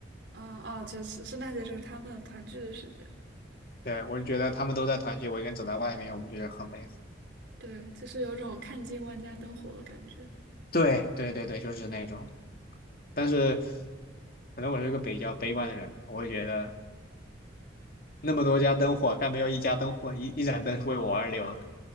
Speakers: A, on the right (about 65°); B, on the left (about 50°).
A: 嗯啊，就是圣诞节就是他们团聚的时间，
B: 对，我就觉得他们都在团聚，我一个人走在外面，我们觉得很美好。
A: 对，就是有种看尽万家灯火的感觉。
B: 对对对对，就是那种。但是可能我是一个比较悲观的人吧，我会觉得那么多家灯火，但没有一家灯火，一一盏灯是为我而留的。